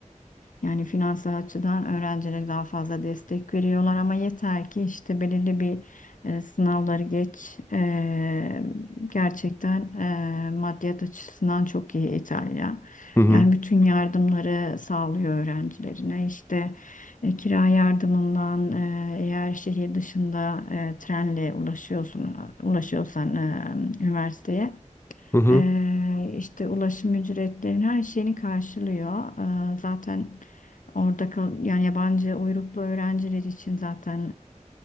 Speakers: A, on the left; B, on the left.
A: e, yani finansal açıdan öğrencilere daha fazla destek veriyorlar ama yeter ki işte belirli bir e, sınavları geç E, gerçekten e, maddiyat açısından çok iyi İtalya.
B: Hı hı.
A: Yani bütün yardımları sağlıyor öğrencilerine işte. E, kira yardımından e, eğer şehir dışında e, trenle ulaşıyorsun ulaşıyorsan e, üniversiteye
B: Hı hı.
A: e, işte ulaşım ücretlerin her şeyini karşılıyor. E, zaten orada kal yani yabancı uyruklu öğrenciler için zaten